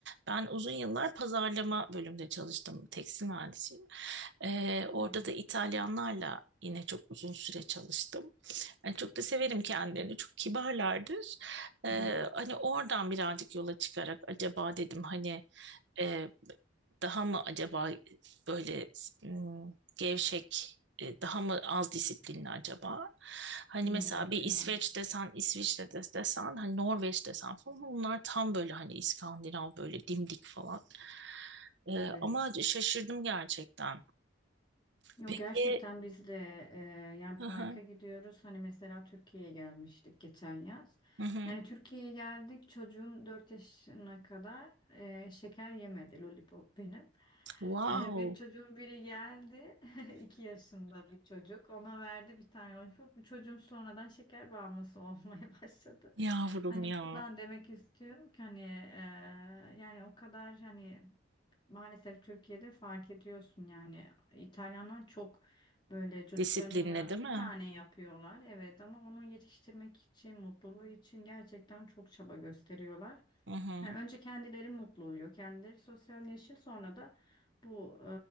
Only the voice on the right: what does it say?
Ben uzun yıllar pazarlama bölümünde çalıştım. Tekstil mühendisiyim. E, orada
da İtalyanlarla yine çok uzun süre çalıştım. Yani çok da severim kendilerini. Çok kibarlardır. Ee,
hani oradan birazcık yola çıkarak acaba dedim hani e, daha mı acaba böyle m, gevşek e, daha mı az disiplinli acaba? Hani
mesela bir İsveç
desen, İsviçre de- desen, hani Norveç desen falan bunlar tam böyle hani İskandinav böyle dimdik falan. Ee,
ama şaşırdım gerçekten.
Peki,
Hı hı,
hı hı.
wow
yavrum
ya
disiplinli değil mi?
Hı hı.